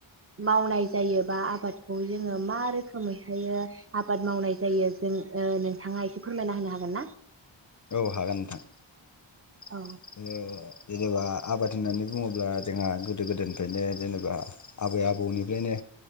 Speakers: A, on the right; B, on the left.
A: मावनाय जायो बा आबादखौ जोङो मा रोखोमैहाय आबाद मावनाय जायो जों नोंथाङा एसे फोरमायना होनो हागोन ना?
B: औ हागोन नोंथां। <inaudible>
A: औ
B: जेनेबा आबाद होननानै बुङोब्ला जोंहा गोदो गोदायनिफ्रायनो जेनेबा आबै आबौनिफ्रायनो